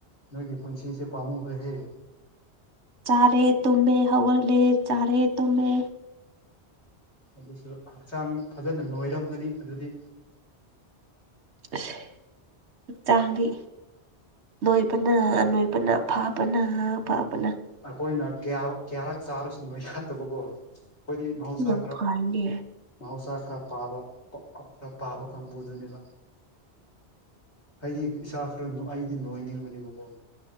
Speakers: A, on the left; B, on the right.
A: ꯅꯣꯏꯒꯤ ꯄꯨꯟꯁꯤꯁꯦ ꯄꯥꯝꯃꯨꯈ꯭ꯔ‌ꯦꯍꯦ
B: ꯆꯥꯔꯦ ꯇꯨꯝꯃꯦ ꯍꯧꯒꯠꯂꯦ ꯆꯥꯔꯦ ꯇꯨꯝꯃꯦ
A: ꯑꯗꯨꯁꯨ ꯍꯛꯆꯥꯡ ꯐꯖꯅ ꯅꯣꯏꯔꯝꯒꯅꯤ ꯑꯗꯨꯗꯤ
B: ꯑꯁ ꯍꯛꯆꯥꯡꯗꯤ ꯅꯣꯏꯕꯅ ꯅꯣꯏꯕꯅ ꯐꯥꯕꯅ ꯐꯥꯕꯅ
A: ꯑꯩꯈꯣꯏꯅ ꯀꯌꯥ ꯀꯌꯥꯔꯛ ꯆꯥꯔꯁꯨ ꯅꯣꯏ ꯈꯠꯇꯕꯀꯣ ꯑꯩꯈꯣꯏꯗꯤ ꯃꯍꯧꯁꯥ
B: ꯌꯥꯝ
A: ꯈꯔ
B: ꯐꯩꯅꯦ
A: ꯃꯍꯧꯁꯥ ꯈꯔ ꯄꯥꯕ ꯈꯔ ꯄꯥꯕ ꯀꯥꯡꯕꯨꯗꯨꯅꯦꯕ ꯑꯩꯗꯤ ꯏꯁꯥ ꯈꯔ ꯑꯩꯗꯤ ꯅꯣꯏꯅꯤꯡꯕꯅ‌ꯦꯕꯀꯣ